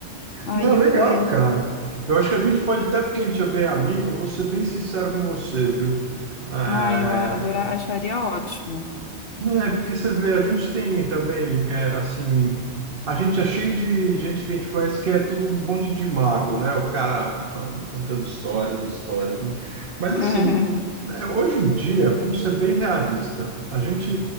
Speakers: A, on the left; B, on the right.
A: Aí
B: Não,
A: eu
B: legal,
A: falei,
B: cara. Eu acho que a gente pode, até porque a gente é bem amigo, eu vou ser bem sincero com você, viu? É,
A: Ah, eu a- adorar, acharia ótimo.
B: Não, é porque você vê, a gente tem também, é, assim, a gente é cheio de gente que a gente conhece que é todo um monte de mago, né? O cara falando, contando histórias, e histórias, né? Mas,
A: <laughs>
B: assim, é, hoje em dia, vamos ser bem realista. A gente,